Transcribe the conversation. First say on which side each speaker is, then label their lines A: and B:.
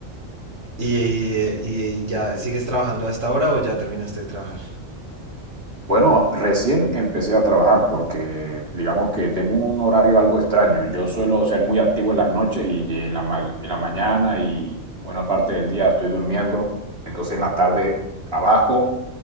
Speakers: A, on the right; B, on the right.
A: ¿Y, y- y ya sigues trabajando a esta hora o ya terminaste de trabajar?
B: Bueno, recién empecé a trabajar porque digamos que tengo un horario algo extraño. Yo suelo ser muy activo en las noches y en la, ma- en la mañana y buena parte del día estoy durmiendo. Entonces en la tarde trabajo